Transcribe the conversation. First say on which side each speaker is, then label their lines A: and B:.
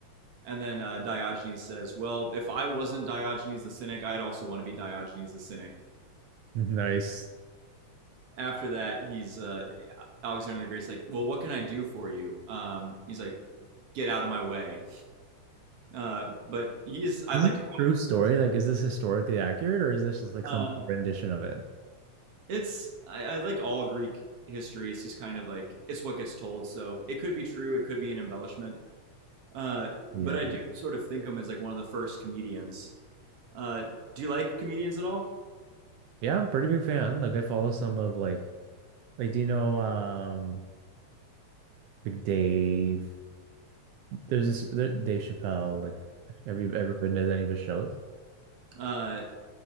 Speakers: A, on the right; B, on the right.
A: And then uh, Diogenes says, "Well, if I wasn't Diogenes the Cynic, I'd also want to be Diogenes the Cynic."
B: Nice.
A: After that, he's uh, Alexander the Great's like, "Well, what can I do for you?" Um, he's like, get out of my way. Uh, but he's I
B: This
A: like
B: is a
A: to
B: true story. Like, is this historically accurate or is this just like
A: uh,
B: some rendition of it?
A: it's I, I like all Greek history. It's just kind of like it's what gets told. So it could be true. It could be an embellishment. Uh,
B: Yeah.
A: but I do sort of think him as like one of the first comedians. Uh, do you like comedians at all?
B: Yeah, I'm pretty big fan. Like I follow some of like like do you know um like Dave there's this there, Dave Chappelle like have you ever been to any of his shows?
A: Uh,